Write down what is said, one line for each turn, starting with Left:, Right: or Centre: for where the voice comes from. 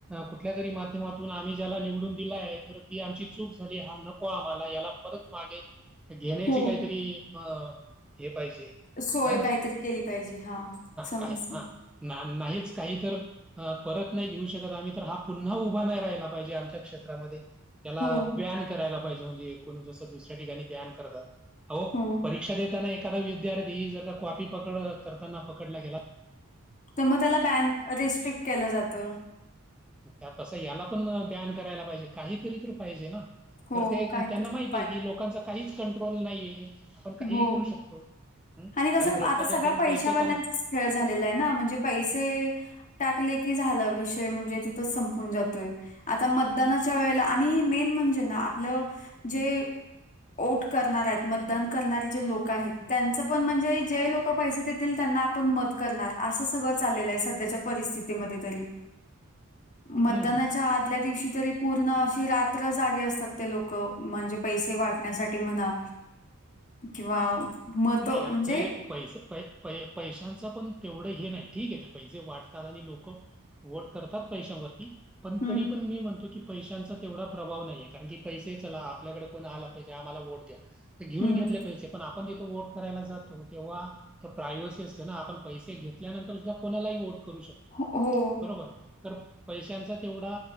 Centre: कुठल्या तरी माध्यमातून आम्ही ज्याला निवडून दिलाय तर ती आमची चूक झाली हा न आम्हाला याला परत मागे घेण्याची
Left: हो.
Centre: काहीतरी ब हे पाहिजे.
Left: सोय
Centre: है ना
Left: काहीतरी केली पाहिजे हा <unintelligible>
Centre: काय हा ना नाहीच काही तर परत नाही घेऊ शकत आम्ही तर हा पुन्हा उभा नाही राहिला पाहिजे आमच्या क्षेत्रामध्ये त्याला
Left: हो,
Centre: बॅन करायला पाहिजे म्हणजेण जसं दुसऱ्या ठिकाणी बॅन करतात अ
Left: हो.
Centre: शिकक्षा देताना एखादा विद्यार्थी ही जर कॉपी पकड करताना पकडला गेला
Left: तर मग त्याला बॅन रेस्ट्रिक्ट केलं जातं
Centre: त्यात तसं याला पण ब्यान करायला पाहिजे काहीतरी तर पाहिजे ना
Left: हो,
Centre: तर ते
Left: काहीतरी
Centre: त्यांना माहितीय
Left: उपाय
Centre: की लोकांच काहीच कंट्रोल नाही आहे आपण काहीही
Left: हो.
Centre: करू शकतो आणि
Left: कसं
Centre: भ्रष्टाचार
Left: आता सगळा
Centre: करून
Left: पैशावाल्यांचाच
Centre: पैसे कमवू
Left: खेळ झालेला आहे ना म्हणजे पैसे टाकले की झाला विषय म्हणजे तिथंच संपून जातोय. आता मतदानाच्या वेळेला आणि मेन म्हणजे ना आपलं जे ओट करणार आहेत मतदान करणारी जी लोक आहेत त्यांच पण म्हणजे जे लोक पैसे देतील त्यांना आपण मत करणार असं सगळं चाललेलं आहे सध्याच्या परिस्थितीमध्ये तरी. मतदानाच्या
Centre: हम्म हम्म.
Left: आदल्या दिवशी तरी पूर्ण अशी रात्र जागे असतात ते लोक म्हणजे पैसे वाटण्यासाठी म्हणा किंवा मतं
Centre: नाही
Left: म्हणजे
Centre: ते पैसे प प पैशांचं पण तेवढं हे नाही ठीकय ते पैसे वाटतात आणि लोक ओट करतात पैशावरती पण
Left: हं,
Centre: तरी पण मी म्हणतो की की पैशांचा तेवढा प्रभाव नाही आहे कारण की पैसे चला आपल्याकडे कोण आला पैसे आम्हाला वोट द्या. त घेऊन
Left: हं.
Centre: घेतले पैसे पण आपण तिथे वोट करायला जातो तेव्हा तर प्रायव्हसी असते ना आपण पैसे घेतल्यानंतर सुद्धा कोणालाही वोट करू शकतो.
Left: हो.
Centre: बरोबर तर पैशांचा तेवढा